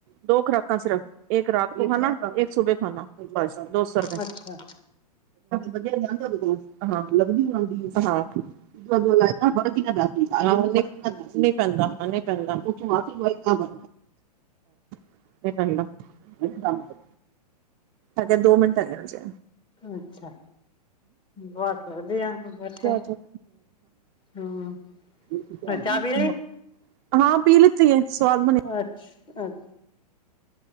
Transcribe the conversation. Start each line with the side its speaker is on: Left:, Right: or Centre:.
Right: ਦੋ ਖੁਰਾਕਾਂ ਸਿਰਫ ਇੱਕ ਰਾਤ ਕੋ ਖਾਨਾ, ਇੱਕ ਸੁਬੇ ਖਾਨਾ ਬਸ ਦੋ ਸੋ ਰੁਪਏ।
Left: ਅੱਛਾ
Right: ਵਧੀਆ ਜਾਂਦੇ ਉਦੇ ਕੋਲ ਹਾ ਲੱਗਦੀ ਹੋ ਦੀ ਲ ਵਧੀਆ ਦੱਸ-ਦੱਸ ਨੀ ਪੈਂਦਾ ਹਨ ਉਥੋਂ ਆ ਕੇ ਦਵਾਈ ਦਾ ਹਾ <unintelligible> ਫਰਕ ਨਹੀਂ ਪੈਂਦਾ ਕੰਮ ਤੇ ਇਧਰ ਦੋ ਮਿੰਟ ਹੈਗ ਜੇ।
Left: ਅੱਛਾ। ਬਸ ਵਧੀਆ ਬੈਠੇ
Right: ਅੱਛਾ ਅੱਛਾ
Left: ਹੂੰ।
Right: ਚਾ
Left: ਹੋਰ ਚਾਹ
Right: ਦਿਤੀ,
Left: ਪੀ ਲਈ
Right: ਹਾਂ ਪੀ ਲਿੱਤੀ ਹੈ ਸਵਾਦ ਬਣੀ।
Left: ਅੱਛ ਅੱਛਾ।